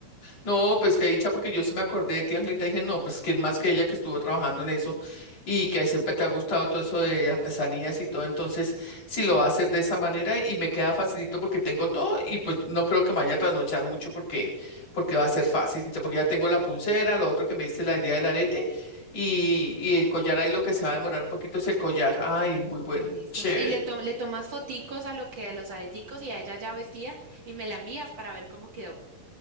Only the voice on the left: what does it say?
No, pues qué dicha, porque yo sí me acordé de ti, Angelita, y dije, no, pues quién más que ella que estuvo trabajando en eso y que siempre te ha gustado todo eso de artesanías y todo, entonces sí lo va a hacer de esa manera y me queda facilito porque tengo todo y pues no creo que me vaya a trasnochar mucho porque, porque va a ser fácil, ya- porque ya tengo la pulsera, lo otro que me diste la idea del arete y, y el collar ahí lo que se va a demorar un poquito es el collar, ay, muy bueno,
chévere.